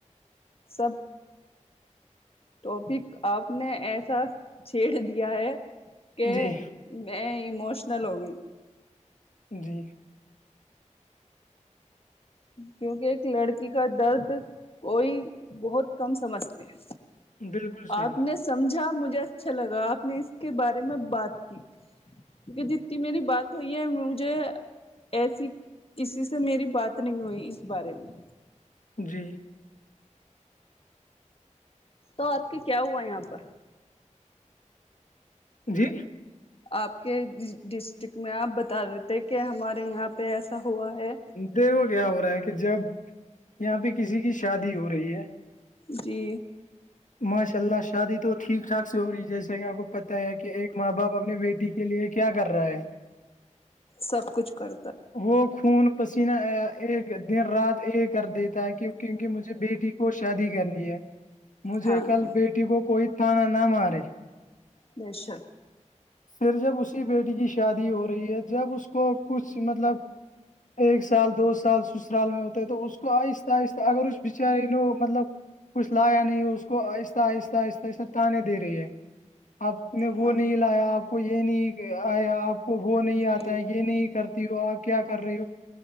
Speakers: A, on the left; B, on the left.
A: سب توبھر آپ نے ایسا چھیڑ دیا ہے کہ
B: جی
A: میں ایموشنل ہو گئی
B: جی
A: کیونکہ ایک لڑکی کا درد کوئی بہت کم سمجھتے ہیں
B: بالکل صحیح
A: آپ نے سمجھا مجھے اچھا لگا آپ نے اس کے بارے میں بات کی کہ جتنی میری بات ہوئی ہے مجھے ایسی کسی سے میری بات نہیں ہوئی اس بارے میں
B: جی
A: تو آپ کے کیا ہوا ہے یہاں پر
B: جی
A: آپ کے ڈسٹرک میں آپ بتا دیتے کہ ہمارے یہاں پہ ایسا ہوا ہے
B: دیکھو کیا ہو رہا ہے کہ جب یہاں پہ کسی کی شادی ہو رہی ہے
A: جی
B: ماشاء اللہ شادی تو ٹھیک ٹھاک سے ہو رہی ہے جیسے کہ آپ کو پتہ ہے کہ ایک ماں باپ اپنے بیٹی کی کے لیے کیا کر رہا ہے
A: سب کچھ کرتا ہے
B: وہ خون پسینہ ایک دن رات ایک کر دیتا ہے کی کیونکہ مجھے بیٹی کو شادی کرنی ہے مجھے
A: ہاں
B: کل بیٹی کو کوئی تھانہ نہ مارے
A: نیشا
B: پھر جب اسی بیٹی کی شادی ہو رہی ہے جب اس کو کچھ مطلب ایک سال دو سال سسرال میں ہوتا ہے تو اس کو آہستہ آہستہ اگر اس بچارے ن مطلب کچھ لایا نہیں ہو اس کو آہستہ آہستہ آہستہ آہستہ تانے دے رہی ہے آپ نے وہ
A: ہاں
B: نہیں لایا آپ کو یہ نہیں آیا آپ کو وہ نہیں
A: جی
B: آتا ہے یہ نہیں کرتی ہو آپ کیا کر رہی ہو